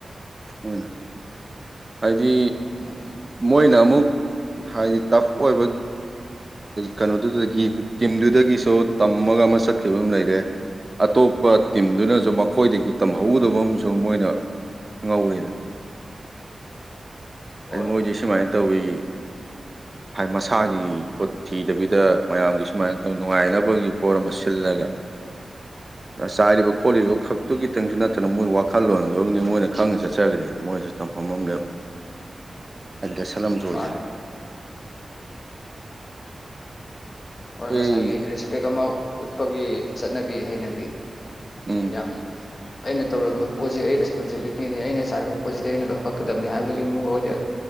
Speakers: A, on the right; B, on the left.
A: ꯃꯣꯏꯅ ꯍꯥꯏꯗꯤ
B: ꯎꯝ
A: ꯃꯣꯏꯅ ꯑꯃꯨꯛ ꯍꯥꯏꯗꯤ ꯇꯐ ꯑꯣꯏꯕunintelligible ꯀꯩꯅꯣꯗꯨꯗꯒꯤ ꯇꯤꯝꯗꯨꯗꯒꯤꯁꯨ ꯇꯝꯃꯒ ꯑꯃ ꯆꯠꯈꯤꯕ ꯑꯃ ꯂꯩꯔꯦ ꯑꯇꯣꯞꯄ ꯇꯤꯝꯗꯨꯅꯁꯨ ꯃꯈꯣꯏꯗꯒꯤ ꯇꯝꯍꯧꯒꯗꯕ ꯑꯃꯁꯨ ꯃꯣꯏꯅ ꯈꯪꯍꯧꯔꯦꯗꯅ
B: ꯍꯣꯏ
A: ꯑꯗꯨ ꯃꯣꯏꯗꯤ ꯁꯨꯃꯥꯏꯅ ꯇꯧꯋꯤ ꯃꯁꯥꯒꯤ ꯄꯣꯠ ꯊꯤꯗꯕꯤꯗ ꯃꯌꯥꯝꯒꯤ ꯁꯨꯃꯥꯏꯅ ꯅꯨꯡꯉꯥꯏꯅꯕꯒꯤ ꯐꯣꯔ ꯑꯃ ꯁꯤꯜꯂꯒ ꯆꯥꯏꯔꯤꯕ ꯈꯣꯠꯂꯤꯕ ꯈꯛ unintelligible ꯑꯗꯨ ꯈꯤꯇꯪꯁꯨ ꯅꯠꯇꯅ ꯃꯣꯏ ꯋꯥꯈꯜꯂꫭꯟꯗꯨꯝꯗꯤ ꯃꯣꯏꯅ ꯈꯪꯅ ꯆꯠꯆꯒꯔꯦꯗꯅ ꯃꯣꯏꯅꯁꯨ ꯇꯝꯐꯝ ꯑꯃ ꯂꯩꯍꯧ ꯂꯦꯁꯟ ꯑꯃꯖꯨ ꯑꫭꯏꯖꯔꯦ
B: ꯃꯥꯅꯦ ꯍꯣꯏ
A: ꯑꯩꯈꯣꯏ
B: ꯉꯁꯥꯏꯒꯤ ꯔꯦꯁꯄꯦꯛ ꯑꯃ ꯎꯠꯄꯒꯤ ꯆꯠꯅꯕꯤ ꯍꯩꯅꯕꯤ
A: ꯎꯝ
B: ꯌꯥꯝ ꯑꯩꯅ ꯇꯧꯔꯝꯕ ꯄꯣꯠꯁꯤ ꯑꯩ ꯔꯦꯁꯄꯣꯟꯁꯤꯕꯤꯂꯤꯇꯤꯅꯤ ꯑꯩꯅ ꯆꯥꯏꯔꯝꯕ ꯄꯣꯠꯁꯤꯗꯤ ꯑꯩꯅ ꯂꯧꯈꯠꯀꯗꯕꯅꯤ ꯍꯥꯏꯕꯒꯤ ꯃꫭꯈꯣꯏꯗ